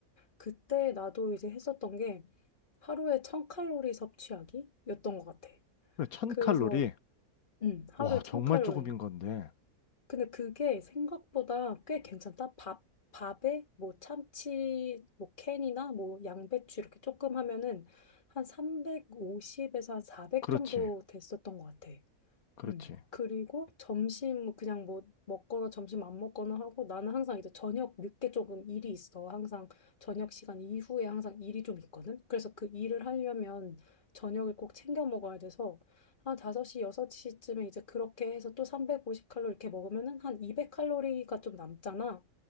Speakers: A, on the left; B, on the left.
A: 그때 나도 이제 했었던 게 하루에 1000칼로리 섭취하기였던 것 같아.
B: 그래, 1000칼로리?
A: 그래서 음, 하루에
B: 와,
A: 1000칼로리.
B: 정말 조금인 건데.
A: 근데 그게 생각보다 꽤 괜찮다. 밥, 밥에 뭐 참치, 뭐 캔이나 뭐 양배추 이렇게 조금 하면은 한 350에서 한 400
B: 그렇지.
A: 정도 됐었던 것 같아.
B: 그렇지.
A: 음. 그리고 점심 뭐 그냥 뭐 먹거나 점심 안 먹거나 하고 나는 항상 이제 저녁 늦게 조금 일이 있어. 항상 저녁 시간 이후에 항상 일이 좀 있거든. 그래서 그 일을 하려면 저녁을 꼭 챙겨 먹어야 돼서 한 5시, 6시쯤에 이제 그렇게 해서 또 350칼로리 이렇게 먹으면은 한 200칼로리가 좀 남잖아.